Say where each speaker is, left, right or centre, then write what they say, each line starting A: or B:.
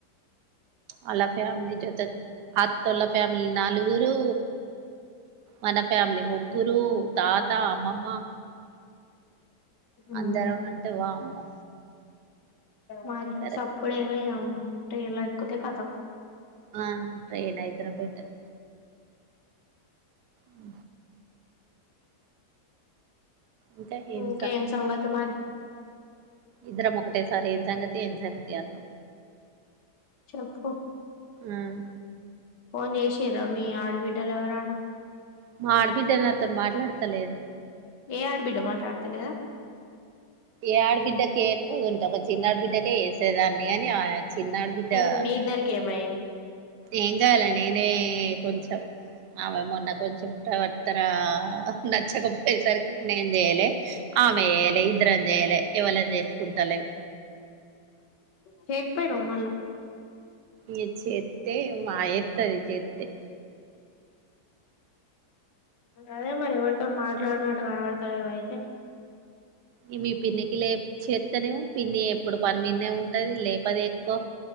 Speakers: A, on the right; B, on the left.
A: ఆళ్ళ ఫ్యామిలీ జత అత్తోళ్ల ఫ్యామిలీ నలుగురు మన ఫ్యామిలీ ముగ్గురు తాత, అమ్మమ్మ
B: మ్
A: అందరం అంటే వామ్మో
B: మరి
A: కరెక్ట్
B: సప్పుడేక <inaudible> ట్రైన్ల ఎక్కితే కతం
A: ఆ ట్రైన్ అయితేనే బెటర్ అ ఇంకా ఏం
B: ఇంకేం సంగతి మరి
A: ఇద్దరం ఒకటేసారి ఏం సంగతి ఏం సంగతి అన్నాం.
B: చెప్పు
A: హ్మ్
B: ఫోన్ జేసిర్ర మీ ఆడబిడ్డలు ఎవరనా
A: మా ఆడబిడ్డలు నాతో మాట్లాడతలేదు
B: ఏ ఆడ బిడ్డ మాట్లాడతలేదా
A: ఏ ఆడ బిడ్డకి ఎక్ ఉంటా ఒక చిన్న బిడ్డకె చేసేదాన్ని అని ఆ చిన్న ఆడబిడ్డా
B: ఎందుకు మీ ఇద్దరికి ఏమైంది
A: ఏం గాలే నేనే కొంచెం ఆమె మొన్న కొంచెం ప్రవర్తన నచ్చకపోయేసరికి నేన్ జేయలె ఆమె జేయలె ఇద్దరం జేయలే ఎవళమ్ జేయలె కుంటలెవ్
B: చెయ్యక పోయినవ్ మళ్ళ
A: ఇ చేేత్తే మా ఏత్తది చేత్తే
B: అదే మరి ఎవరితో మాట్లాడినట్టు కనబడతలేవ్ అయితే
A: ఇవి పిన్నికి లేవ్ చేత్తనేమో పిన్ని ఎప్పుడు పనిమీద్నే ఉంటది లేపది ఎక్కువ